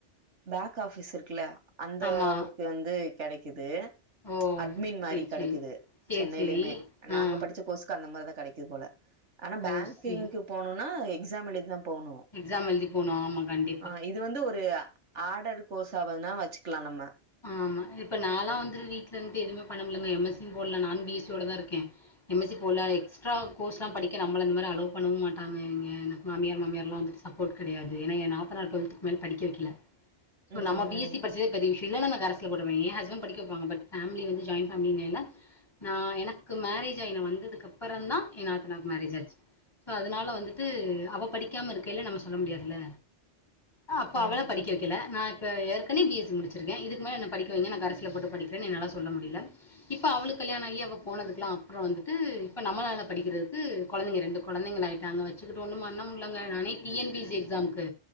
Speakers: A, on the right; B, on the left.
A: பேக் ஆஃபிஸ் இருக்குல்ல அந்த
B: ஆமா
A: ஒரு இது வந்து கெடைக்குது
B: ஓ
A: அட்மின் மாரி
B: சேரி
A: கெடைக்குது
B: சேரி சேரி
A: சென்னையிலேமே
B: சேரி
A: நாங்க
B: ஆ
A: படிச்ச கோர்ஸ் க்கு அந்த மார்தா கெடைக்குது போல ஆனா பேங்கிங்க்கு
B: ஓ சேரி
A: போனுனா எக்ஸாம் எழுதிதா போகனு
B: எக்ஸாம் எழுதி போனு ஆமா கண்டிப்
A: ஆ இது வந்து ஒரு ஆடடு கோர்ஸா வேணா வச்சுக்கலா நம்ம
B: ஆமா இப்ப நாலா வந்துட்டு வீட்ல இருந்துட்டு எதுமே பண்ண முலங்க எம் எஸ் சி யு போட்ல நானு பி எஸ் சி யோடதா இருக்கே எம் எஸ் சி போட்ல எக்ஸ்ட்ரா கோர்ஸ்லா படிக்க நம்மள இந்த மாரி அலோவ் பண்ண மாட்டாங்க எங்க எனக்கு மாமியார் மாமியார்லா வந்துட்டு சப் போர்ட் கெடையாது ஏனா எ நாத்தனார் டுவெல்த்துக்கு மேல படிக்க வைக்கல சோ
A: ம்
B: நம்ம பி எஸ் சி
A: ம்
B: படிச்சதே பெரிய விஷ் இல்ல நம்ம ஹரஸ்ல போட்டுக்லா ஏ ஹஸ்பன்ட் படிக்க வப்பங்க பட் ஃபேமிலி வந்து ஜாய்ண்ட் ஃபேமிலிங்கைல நா எனக்கு மேரேஜ் ஆயி நா வந்ததுக்கப்பறந்தா எ நாத்தனாக்கு மேரேஜ் ஆச்சு சோ அதனால வந்துட்டு அவ படிக்காம இருக்கைல்ல நம்ம சொல்ல முடியாதுல அ அப்போ அவள
A: ம்
B: படிக்க வைக்கல நா இப்ப ஏற்கனவே பி எஸ் சி முடிச் சுருக்க இதுக்கு மேல என்ன படிக்க வைங்க நா ஹரஸ்ல போட்டு படிக்றேன் என்னால சொல்ல முடில இப்போ அவளுக்கு கல்யாணாயி அவ போனதுக்கலா அப்றோ வந்துட்டு இப்போ நம்மளால படிக்கிறதுக்கு கொழந்தைங்க ரெண்டு கொழந்தைங்களா ஆயிட்டாங்க வச்சுக்குட்டு ஒன்னு பண்ண முல்லங்க நானே T N P S C எக்ஸாம்க்கு